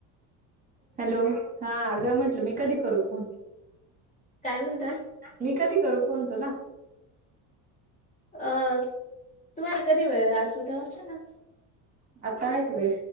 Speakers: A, on the right (about 20°); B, on the left (about 15°).
A: हॅलो हा अगं म्हंटलं मी कधी करू फोन.
B: काय म्हणता?
A: मी कधी करू फोन तुला.
B: अ तुम्हाला कधी वेळ रात होत होत ना
A: आता आहे का वेळ.